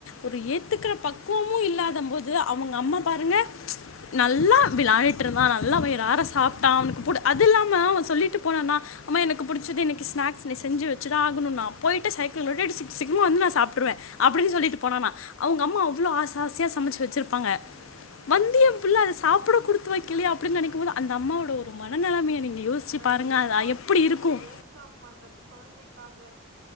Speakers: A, on the left (about 70°); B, on the right (about 65°).
A: ஒரு ஏத்துக்கிற பக்குவமும் இல்லாத போது அவங்க அம்மா பாருங்க நல்லா விளாடிட்டு இருந்தான் நல்லா வயிறாற சாப்டான் அவனுக்கு கூட சொல்லிட்டு போனானா அம்மா எனக்கு புடிச்ச இன்னக்கி ஸ்நாக்ஸ் செஞ்சு வச்சுத ஆகணும் நா போயிட்டு சைக்கிள் ஓட்டிட்டு சிக்கார சிக்ரமா வந்து நா சப்பிட்டுறுவேன் அப்டின்னு சொல்லிட்டு போனான்ன அவங்க அம்மா அவ்வளலோ ஆசயா சமைச்சு வெச்சிருப்பாங்க வந்து என் புள்ள அதா சாப்பிட குடுத்து வைக்கலையே அப்டின்னு நெனைக்கும் போது அந்த அம்மாவோட ஒரு மனநிலைமையை நீங்கள் யோசிச்சு
B: அந்த
A: பாருங்கள்
B: தாக்கம்
A: அது எப்படி இருக்கும்
B: அந்த ஏக்கம் அந்த குழந்தைக்காக